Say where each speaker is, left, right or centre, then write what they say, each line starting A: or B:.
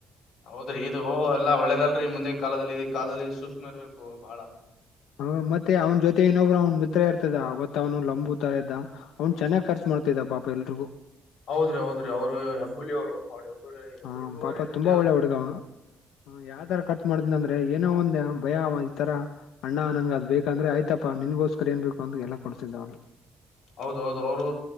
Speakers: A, on the left; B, on the left.
A: ಹೌದ್ರಿ ಇದು ಎಲ್ಲಾ ಒಳ್ಳೇದಲ್ರರಿ ಮುಂದೆ ಕಾಲದಲ್ಲಿ ಇದ ಕಾಲದಲ್ಲಿ ಸೂಕ್ಷ್ಮ ಇರ್ಬೇಕು ಬಾಳ
B: ಹ ಮತ್ತೆ ಅವ್ನ ಜೊತೆ ಇನ್ನೊಬ್ಬರು ಅವ್ನ್ ಮಿತ್ರ ಇರ್ತದ ಗೊತ್ತ್ನು ಲಂಬು ತರ ಇದದ ಅವ್ನ್ ಚೆನ್ನಾಗಿ ಖರ್ಚು ಮಾಡ್ತ ಇದ ಪಾಪ ಎಲ್ರಿಗೂ
A: ಹೌದ್ರಿ ಹೌದ್ರಿ ಅವ್ರು ಹೆಬ್ಬುಲಿ ಅವರು ಅವ್ರ ಹೆಬ್ಬುರಿ ಹೆಬ್ಬುಲಿ
B: ಹ
A: ಟೂ ಅವರ್
B: ಪಾಪ
A: ಏನಿದೆ
B: ತುಂಬಾ
A: ಅವ್ರ
B: ಒಳ್ಳೆ
A: ಹತ್ರ
B: ಹುಡುಗ ಅವನು ಯಾವ ತರ ಖರ್ಚು ಮಾಡ್ತನಿ ಅಂದ್ರೆ ಏನೋ ಒಂದಂದು ಭಯ ಈ ತರ ಅಣ್ಣ ನನ್ಗೆ ಅದು ಬೇಕಂದ್ರೆ ಆಯ್ತಪ್ಪಾ ನಿನ್ಗೋಸ್ಕರ ಏನ್ ಬೇಕ ಅ ಎಲ್ಲ ಕೊಡ್ಸಿದ್ದವ್ನ
A: ಹೌದೌದು ಅವರು